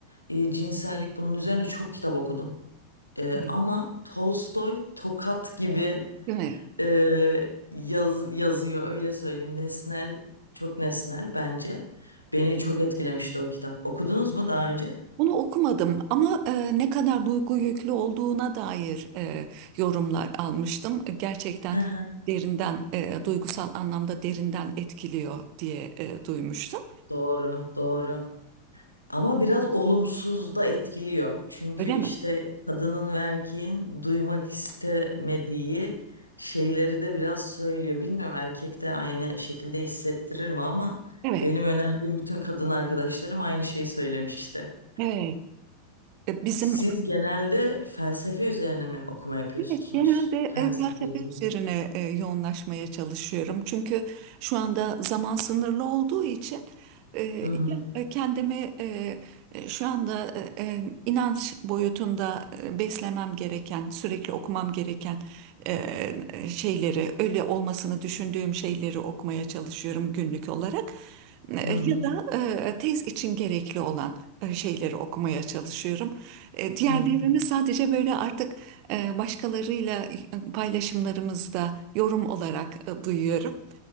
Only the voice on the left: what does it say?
eee, cinsellik bunun üzerine çok kitap okudum. Eee,
ama Tolstoy tokat gibi
eee, yaz, yazıyor öyle söyleyeyim. Nesnel, çok nesnel bence. Beni çok etkilemişti o kitap. Okudunuz mu daha önce?
Hı hı.
Doğru, doğru. Ama biraz olumsuz da etkiliyor. Çünkü
işte
kadının ve erkeğin duymak istemediği şeyleri de biraz söylüyor. Bilmiyorum erkek de aynı şekilde hissettirir mi ama
benim önerdiğim bütün kadın arkadaşlarım aynı şeyi söylemişti.
Siz genelde felsefe üzerine mi okuma yapıyorsunuz?
Felsefe
din.
Hı hı.
Hı hı.
Hı hı.